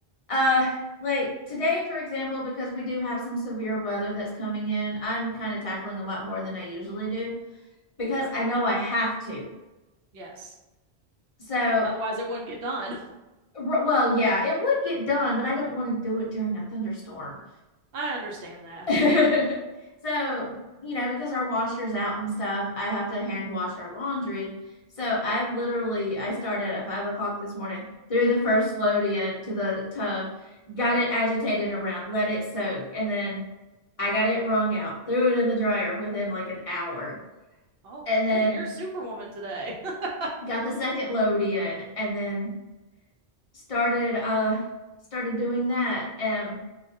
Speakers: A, on the left; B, on the right.
A: uh, like today, for example, because we do have some severe weather that's coming in, I'm kind of tackling a lot more than I usually do because
B: Okay.
A: I know I have to.
B: Yes.
A: So,
B: Otherwise, it wouldn't get done.
A: well, yeah, it would get done, but I don't want to do it during a thunderstorm.
B: <laughs> I understand that.
A: <laughs> so, you know, because our washer's out and stuff, I have to hand wash our laundry. So I've literally I started at five o'clock this morning, threw the first load in to the tub, got it agitated around, let it soak, and then I got it wrung out, threw it in the dryer within like an hour,
B: Okay,
A: and then
B: you're Superwoman today. <laughs>
A: got the second load in, and then started uh started doing that. And